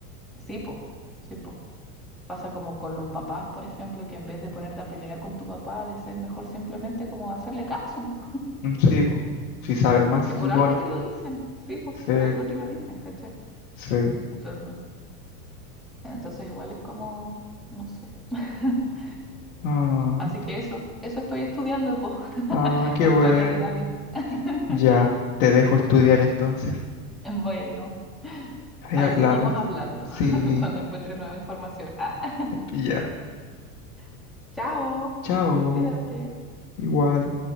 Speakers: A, in the centre; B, on the left.
A: sí, pues sí, pues. Pasa como con los papás, por ejemplo, que en vez de ponerte a pelear con tu papá, a veces es mejor simplemente como hacerle caso, po,
B: Mm, Sí, po. Si sabe
A: <laughs>
B: más,
A: porque
B: se
A: por
B: supone.
A: algo te lo dicen, sí, pues
B: Sí,
A: por algo te lo dicen, ¿cachai?
B: sí.
A: Entonces, entonces igual es como, no sé. <laughs>
B: Ah,
A: Así que eso, eso estoy estudiando, po, <laughs>
B: ah, qué
A: la
B: bueno.
A: historia de David. <laughs>
B: Ya, te dejo estudiar entonces.
A: Bueno,
B: Ahí
A: ahí
B: hablamos.
A: seguimos hablando
B: Sí,
A: <laughs> cuando encuentre nueva información. Ah,
B: ya.
A: <laughs> chao,
B: Chao.
A: cuídate.
B: Igual.